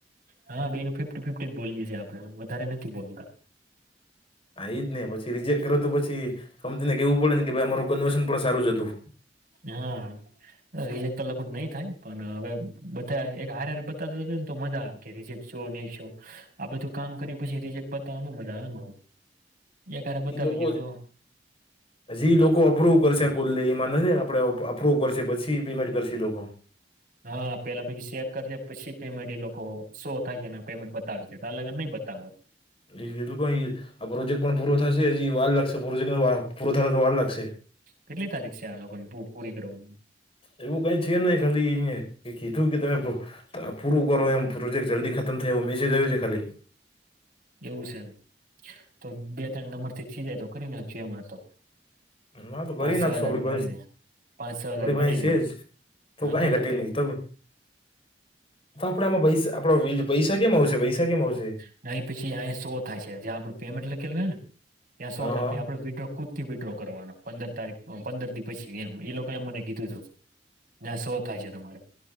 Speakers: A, on the right; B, on the left.
A: હા બે ન ફિફ્ટી ફિફ્ટી જ બોલીયેીએ આપડે વધારે નથી બોલતા.
B: આ એ જ ને પછી રીજેક્ટ કરે તો પછી કંપનીને કેવું પડે ને કે ભાઈ અમારું કન્વેશન પણ સારું જ હતું.
A: હા. રિજેક્ટ તો લગભગ નઈ થાય પણ હવે બધા એક હારે બતા ને તો મજા આવે. કે રિજેક શો નહી શો આ બધું કામ કરી પછી રિજેક્ટ બતાવ મજા આવે. એક હારે બતાવી
B: એઈ લોકો
A: ગયો
B: જ
A: તો
B: હજી લોકો અપ્રુવ કરશે કુલ એમાં નથી આપણે અપ્રુવ કરશે પછી પેમેન્ટ કરશ લોકો
A: હા પેલા પછી ચેક કરજ પછી પેમેન્ટ એ લોકો શો થાય છે પેમેન્ટ બતાવ છે એટ અલગ નઈ બતાવે.
B: એ એું આ પ્રોજેક્ટ પણ પૂરો થશે વાલ લાગશે પ્રોજેક્ટ પૂરો થાય તો વાલ લાગશે.
A: કેટલી તારીખ છે આ લોકોને પૂરી કરવાની.
B: એવું કઈ છે ને ખાલી અ કીધું કે તમે. તો પૂરું કરો એમ પ્રોજેક્ટ જલ્દી ખતમ થાય એવો મેસેજ આવ્યો છે ખાલી.
A: એવું છે એમ તો બે ત્રણ નંબર થી થયજાય તો કરી નાખશું એમ તો
B: વાતો કરી
A: પાંચ છ
B: નાખશુ
A: હજાર
B: આપણી
A: બની જાય પાંચ છ હજાર
B: પાસે
A: બની
B: છે
A: જાય
B: જ તો
A: હા
B: કઈ
A: એમ
B: ઘટી
A: જ
B: નહી તો તો આપડે આમાં પૈસા શેમાં આવશે?
A: જ્યાં પેમેન્ટ લખેલું હોય છે ને ત્યાં શો
B: હા
A: થાય
B: હા
A: છે પછી આપણે વીડ્રો વિડ્રો કરવાનો પંદર તારીખ પછી એમ એ લોકએ મને કીધું તું જ્યાં શો થાય છે તમારે